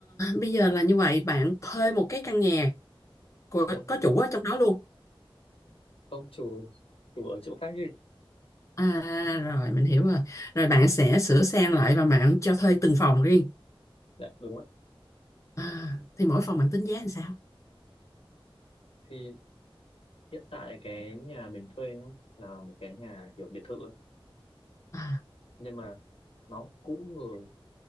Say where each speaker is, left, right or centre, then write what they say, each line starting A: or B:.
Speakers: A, on the left; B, on the left.
A: bây giờ là như vậy bạn thuê một cái căn nhà của,
B: đúng không
A: có chủ ở trong đó luôn
B: không chủ chủ ở chỗ khác đi
A: à rồi mình hiểu rồi rồi bạn sẽ sửa sang lại và bạn cho thuê từng phòng riêng
B: Dạ, đúng rồi
A: à, thì mỗi phòng bạn tính giá làm sao
B: thì hiện tại cái nhà mình thuê nhá, là một cái nhà kiểu biệt thự ấy.
A: à,
B: nhưng mà nó cũ rồi